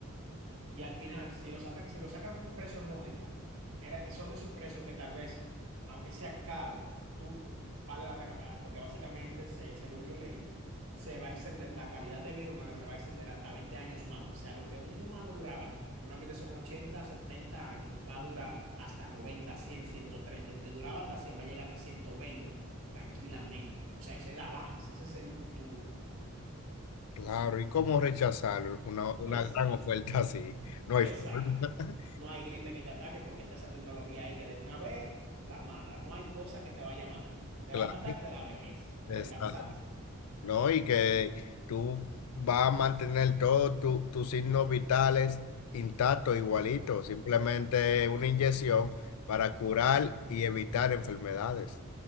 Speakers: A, on the right (about 70°); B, on the left (about 80°).
A: Y al final, si lo sacan, si lo sacan a un precio módico, era, son de esos precios que tal vez, aunque sea caro, tú vale la pena pagar, porque básicamente, se- según yo leí, se va a extender, la calidad de vida humana se va a extender hasta 20 años más. O sea, lo que un humano duraba, normalmente son 80 70 años, va a durar hasta noventa cien ciento treinta El que duraba hasta 100 va a llegar hasta 120 tranquilamente. O sea, ese es el avance, ese es el futuro.
B: Claro, ¿y cómo rechazar una,
A: <laughs>
B: una
A: Exacto,
B: gran oferta así? No
A: exacto.
B: hay forma. <laughs>
A: No hay gripe que te ataque porque está esa tecnología ahí que de una vez la mata. No hay cosa que te vaya a matar. Te
B: Claro,
A: va a matar de la vejez,
B: exacto.
A: del cansancio.
B: ¿no? Y que tú vas a mantener todos tu- tus signos vitales intactos, igualitos, simplemente una inyección para curar y evitar enfermedades.